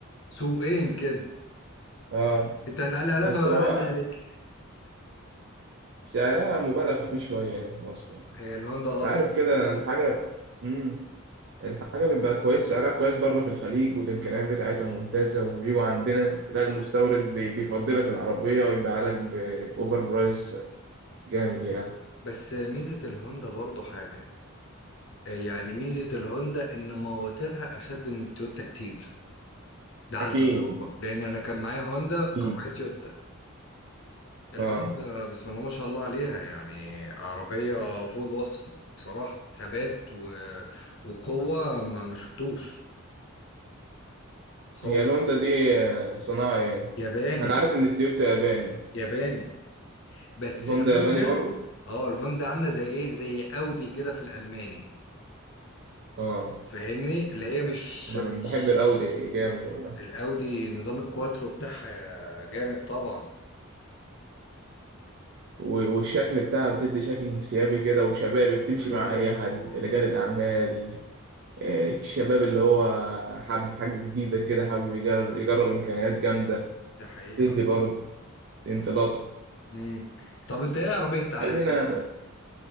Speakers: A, on the left (about 60°); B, on the right (about 55°).
A: سوقين كده
B: اه
A: انت هتعلق عليها
B: بس
A: وانا
B: هو
A: هعلق عليك
B: سعرها مبالغ فيه شوية هنا في مصر أنت
A: هي الهوندا اه
B: عارف
A: صح
B: كده الحاجة مم. الحاجة بيبقى كويس سعرها كويس بره في الخليج والإمكانيات بتاعتها ممتازة وبيجوا عندنا تلاقي المستورد بي- بيفضلك العربية ويبيعها لك ب- بأوفر برايس جامد يعني
A: بس ميزة الهوندا برضو حاجة آه، يعني ميزة الهوندا ان مواترها اشد من التويوتا كتير ده عن
B: أكيد
A: تجربة لان انا كان معايا هوندا وكان
B: أكيد
A: معايا تويوتا الهوندا
B: آه
A: بسم الله ما شاء الله عليها يعني عربية فوق الوصف بصراحة ثبات و... وقوة ما ما شفتوش خالص
B: هي الهوندا دي آه، صناعة إيه؟
A: ياباني
B: أنا عارف إن التويوتا ياباني
A: ياباني بس
B: الهوندا
A: الهوندا
B: ياباني برضو
A: اه الهوندا عامله زي ايه زي اودي كده في الالماني
B: آه
A: فاهمني اللي هي مش
B: أنا
A: مش
B: من- بحب الأودي جامد والله
A: الاودي نظام الكواترو بتاعها جامد طبعا
B: و- والشكل بتاعها بتدي شكل انسيابي كده وشبابي بتمشي
A: رياضي
B: مع أي حد
A: اه
B: رجال الأعمال آه، الشباب اللي هو حابب حاجة جديدة كده حابب يجرب, يجرب إمكانيات جامدة
A: ده حقيقي
B: تدي
A: لا
B: برضه انطلاق
A: امم طب انت ايه عربيه احلامك
B: خلينا